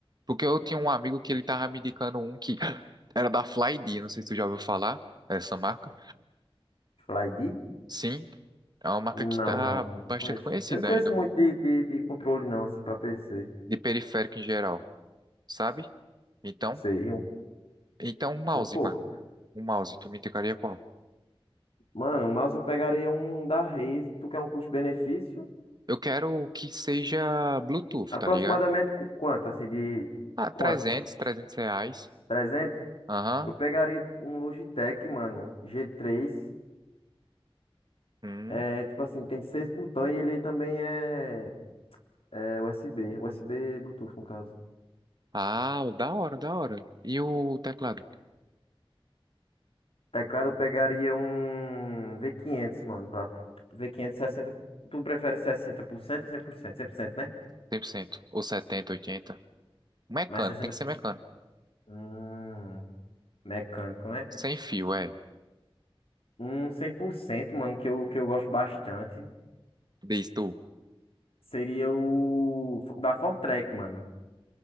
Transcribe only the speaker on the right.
Porque eu tinha um amigo que ele tava me indicando um que <clears throat> <gasps> era da Flyd, não sei se tu já ouviu falar essa marca.
Sim, é uma marca
que tá
bastante
conhecida
ainda,
de periférico em geral, sabe? Então,
então um mouse,
mano. Um mouse, tu me indicaria qual?
Eu quero que seja Bluetooth,
tá ligado?
Ah, 300,
300 reais.
Aham.
Hum.
Ah, da hora, da hora. E o teclado?
cem por cento Ou 70, 80? Mecânico,
tem que ser mecânico.
Sem fio, é.
Diz tu,